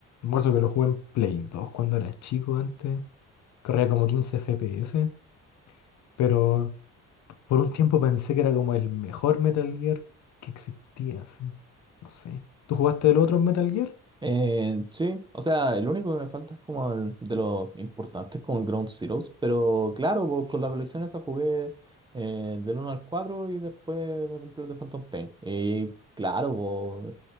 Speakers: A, on the left; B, on the right.
A: acuerdo que lo jugué en Play 2 cuando era chico antes. Corría como 15 FPS, pero por un tiempo pensé que era como el mejor Metal Gear que existía, sí. No sé. ¿Tú jugaste el otro Metal Gear?
B: Eh, sí, o sea, el único que me falta es como el- de los importantes como el Ground Zeroes, pero claro, pues, con la colección esa jugué eh, del 1 al cuatro y después me compré el de Phantom Pain. Y claro, pues,